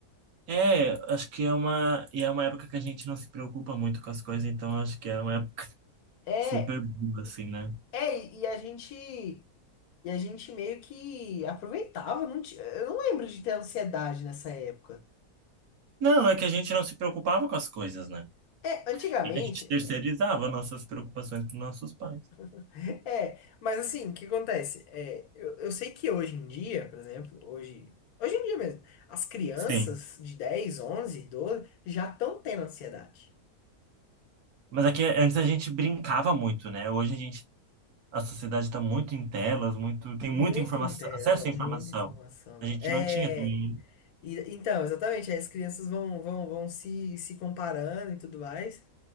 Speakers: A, on the right (about 75°); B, on the left (about 80°).
A: É, acho que é uma, e é uma época que a gente não se preocupa muito com as coisas, então acho que é uma época <laughs>
B: É,
A: super boa, assim, né?
B: é, e a gente, e a gente meio que aproveitava, não ti- eu não lembro de ter ansiedade nessa época.
A: Não, é que a gente não se preocupava com as coisas, né?
B: É, antigamente,
A: E a gente terceirizava nossas preocupações para nossos pais.
B: <laughs> é, mas assim, o que acontece? É, eu, eu sei que hoje em dia, por exemplo, hoje, hoje em dia mesmo, as crianças
A: Sim.
B: de 10 11 12 já estão tendo ansiedade.
A: Mas é que antes a gente brincava muito, né? Hoje a gente, a sociedade está muito em telas, muito, tem
B: Muito
A: muita informação,
B: em tela,
A: acesso à
B: muita
A: informação.
B: informação.
A: A gente
B: É.
A: não tinha também.
B: E- então, exatamente, aí as crianças vão, vão, vão se, se comparando e tudo mais,